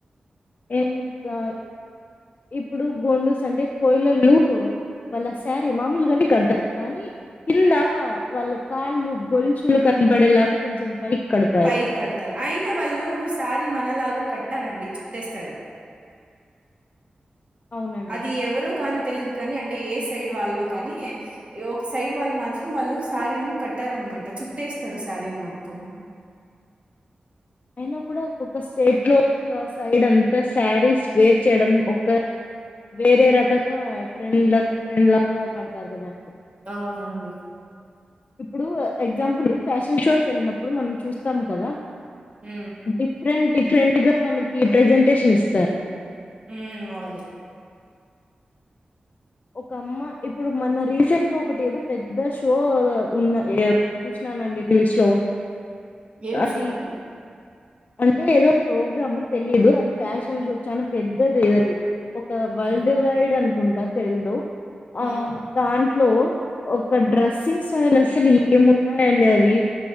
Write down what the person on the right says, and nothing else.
పైకి కడతారు అయిన వాళ్ళు శారీ మనలాగా కట్టరండి చుట్టేస్తారు
అది ఎవరో కానీ తెలిదు కానీ అంటే ఏ సైడ్ వాలో కానీ ఇగ ఒక సైడ్ వాళ్ళు మాత్రం వాళ్ళు శారీని కట్టారనమాట చుట్టేస్తారు శారీని మొత్తం
అవునండి
ఊ
ఊ అవును
ఏం
షో అండి?
హుహు.
హ్మ్.